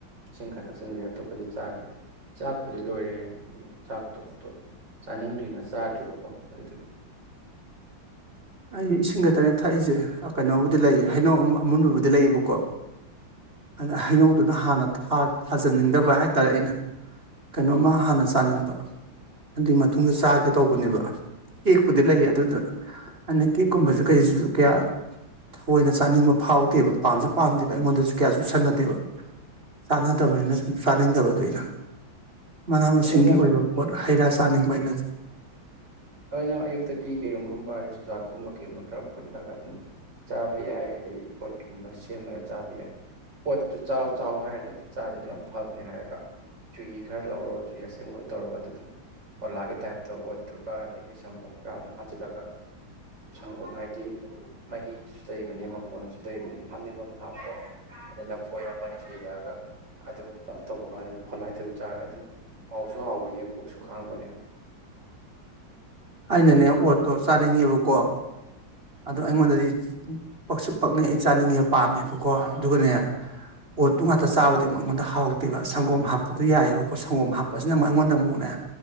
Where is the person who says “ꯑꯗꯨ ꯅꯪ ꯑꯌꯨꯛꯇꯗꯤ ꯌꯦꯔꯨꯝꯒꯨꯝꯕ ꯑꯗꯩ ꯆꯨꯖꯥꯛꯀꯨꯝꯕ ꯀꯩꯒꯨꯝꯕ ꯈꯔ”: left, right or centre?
Right